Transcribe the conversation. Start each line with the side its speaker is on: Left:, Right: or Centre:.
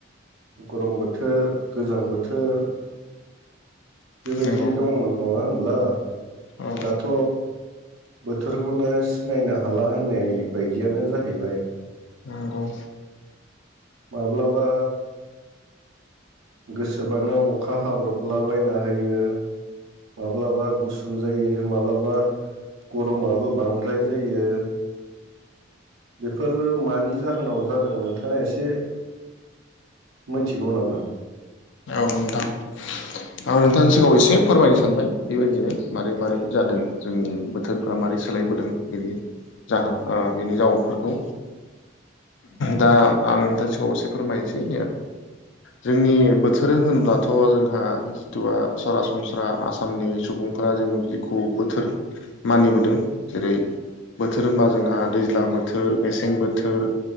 Right: गरम बोथोर, गोजां बोथोर बेबायदि
Left: नंगौ
Right: दंमोन नंङा ब्ला
Left: औ
Right: दाथ' बोथोरखौनो सिनायनो हाला होननाय बायदियानो जाहैबाय।
Left: नोंगौ।
Right: माब्लाबा गोसोबानो अखा हाब्रबला बायना होयो माब्लाबा गुसु जायो मालाबा गरमाबो बांद्राय जायो। बेफोर मानि जाहोनाव जादों नोंथांङा एसे से मोनथिगौ नामा?
Left: औ नोंथां आं नोंथांनि सिगांङाव एसे फोरमायनो सानबाय बेबायदिनो मारै मारै जादों जोंनि बोथोरफ्रा मारै सोलायबोदों बेनि जाहोन ओ बेनि जाउनफोरखौ दा आं नोंथांनि सिगांङाव एसे फोरमायनोसै जोंनि बो थोर होनब्लाथ' जोंहा जिथुबा सरासनस्रा आसामनि सुबुंफोरा जों जिखौ बोथोर मानिबोदों जेरै बोथोर होनबा जोंहा दैज्लां बोथोर मेसें बोथोर